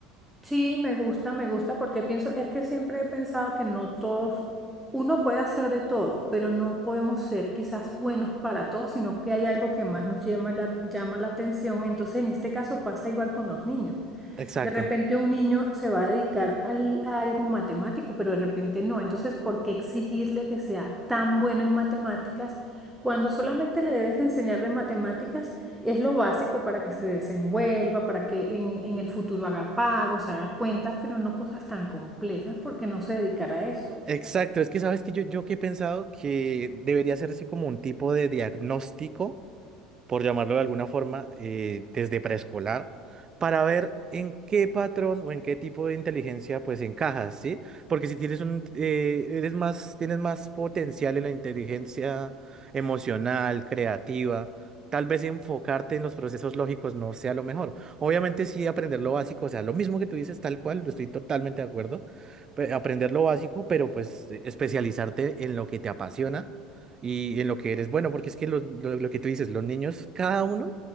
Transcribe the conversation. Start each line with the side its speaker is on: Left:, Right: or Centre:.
Centre: Sí, me gusta, me gusta, porque pienso, es que siempre he pensado que no todos, uno puede hacer de todo, pero no podemos ser quizás buenos para todos, sino que hay algo que más nos llama la, llama la atención. Entonces, en este caso pasa igual con los niños.
Right: Exacto.
Centre: De repente un niño se va a dedicar al- a algo matemático, pero de repente no. Entonces, ¿por qué exigirle que sea tan bueno en matemáticas cuando solamente le debes de enseñar de matemáticas? Es lo básico para que se desenvuelva, para que en, en el futuro haga pagos, haga cuentas, pero no cosas tan complejas porque no se dedicará a eso.
Right: Exacto, es que sabes que yo, yo que he pensado que debería ser así como un tipo de diagnóstico por llamarlo de alguna forma, eh, desde preescolar, para ver en qué patrón o en qué tipo de inteligencia pues encajas, ¿sí? Porque si tienes un, eh, eres más, tienes más potencial en la inteligencia emocional, creativa, tal vez enfocarte en los procesos lógicos no sea lo mejor. Obviamente sí aprender lo básico, o sea, lo mismo que tú dices, tal cual, estoy totalmente de acuerdo, pe- aprender lo básico, pero pues eh, especializarte en lo que te apasiona y en lo que eres bueno, porque es que los- lo, lo que tú dices, los niños, cada uno